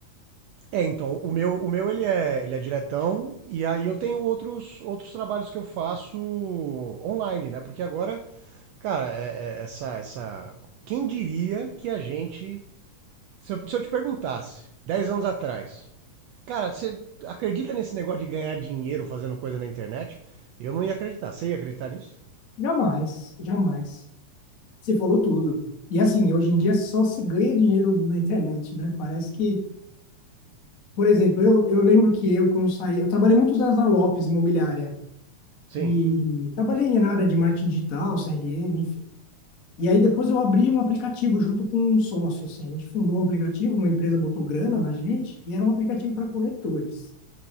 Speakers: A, on the right; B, on the left.
A: É, então, o meu, o meu ele é, ele é diretão, e aí eu tenho outros, outros trabalhos que eu faço online, né? Porque agora, cara, é- é- essa, essa. Quem diria que a gente. Se eu, se eu te perguntasse, 10 anos atrás, cara, você acredita nesse negócio de ganhar dinheiro fazendo coisa na internet? Eu não ia acreditar. Você ia acreditar nisso?
B: Jamais, jamais. Você falou tudo. E assim, hoje em dia só se ganha dinheiro na internet, né? Parece que, por exemplo, eu, eu lembro que eu, quando saí, eu trabalhei muitos anos na Lopes Imobiliária
A: Sim.
B: e trabalhei na área de marketing digital, CRM, enfim. E aí depois eu abri um aplicativo junto com um sócio, assim. A gente fundou um aplicativo, uma empresa botou grana na gente e era um aplicativo para corretores.